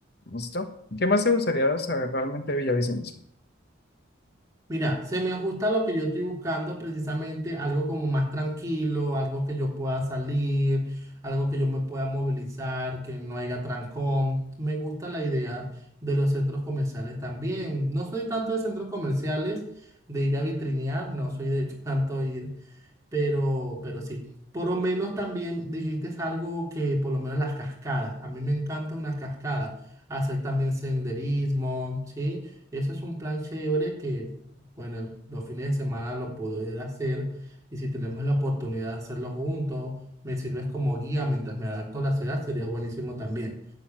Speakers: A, on the left; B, on the right.
A: ¿Listo? ¿Qué más te gustaría saber realmente de Villavicencio?
B: Mira, se me ajusta lo que yo estoy buscando, precisamente algo como más tranquilo, algo que yo pueda salir, algo que yo me pueda movilizar, que no haya trancón. Me gusta la idea de los centros comerciales también. No soy tanto de centros comerciales, de ir a vitrinear, no soy de <laughs> tanto ir pero, pero sí. Por lo menos también dijiste algo que, por lo menos las cascadas. A mí me encanta una cascada. Hacer también senderismo, ¿sí? Eso es un plan chévere que, bueno, los fines de semana lo poder hacer. Y si tenemos la oportunidad de hacerlo juntos, me sirves como guía mientras me adapto a la ciudad, sería buenísimo también.